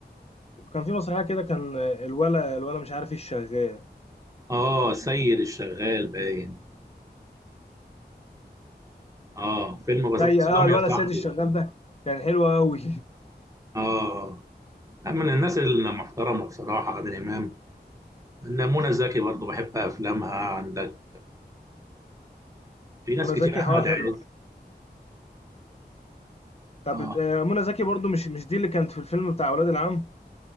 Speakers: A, on the left; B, on the right.
A: كان في مسرحيه كده كان آه، الولا الولا مش عارف ايه الشغال
B: اه السيد الشغال باين اه فيلم بسيط
A: زي
B: سلام
A: اه الولد
B: يا صاحبي
A: سيد الشغال
B: باين
A: ده كان حلو قوي
B: اه لا من الناس المحترمه بصراحه عادل امام إن منى زكي برضه بحب افلامها عندك
A: <laughs>
B: في ناس
A: منى
B: كتير
A: زكي
B: احمد
A: اه حلو
B: عز
A: طب
B: اه
A: آه، منى زكي برضو مش مش دي اللي كانت في الفيلم بتاع اولاد العم